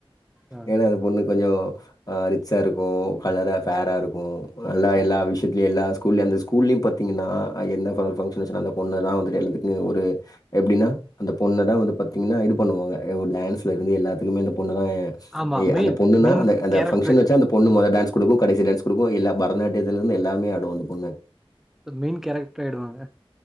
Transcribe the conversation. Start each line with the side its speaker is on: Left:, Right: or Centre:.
Centre: ஆ.
Left: ஏனா அந்த பொண்ணு கொஞ்சோ அ ரிச்சா இருக்கு‌ கலரா ஃபேரா இருக்கு நல்லா எல்லா விஷ்யத்லயு எல்லா கூல்ல அந்த ஸ்கூல்லயு பாத்தீங்கன்னா அ எந்த ஃப ஃபங்ஷன்‌ வச்சாலு அந்த பொண்ணதா வந்துட்டு எல்லாத்துக்குமெ ஒரு எப்டின்னா அந்த பொண்ண தா வந்து பாத்தீங்னா இது பண்ணுவாங்க எ ஒ டான்ஸ்லருந்து எல்லாத்துக்குமே அந்த பொண்ணு தா
Centre: ஆமா
Left: எ
Centre: மெயின்
Left: அந்த பொண்ணுன்னா
Centre: மெயின்
Left: அந்த அந்த
Centre: கேரக்டர்
Left: ஃபங்ஷன் வச்சா அந்த பொண்ணு மொத டான்ஸ் குடுக்கு கடைசி டான்ஸ் குடுக்கு எல்லா பரதநாட்டியத்திலந்து எல்லாமே ஆடு அந்த பொண்ணு
Centre: ப‌ மெயின் கேரட்ரு ஆயிடுவாங்க